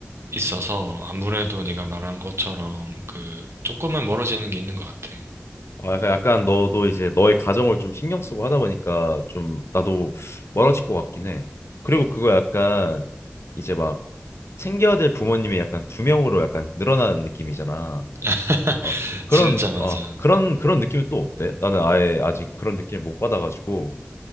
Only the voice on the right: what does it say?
있어서 아무래도 네가 말한 것처럼 그 조금은 멀어지는 게 있는 것 같아.
<laughs>
진짜 맞아.